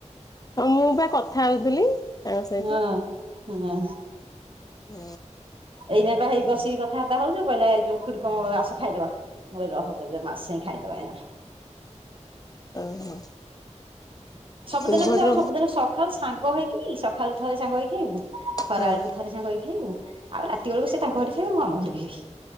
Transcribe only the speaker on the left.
ହଁ ମୁଁ ବା କଥା ହଉଥିଲି ତାଙ୍କ ସହିତ
ହୁଁ।
ଓହୋ।
ଇନଭର୍ଟର
ହଁ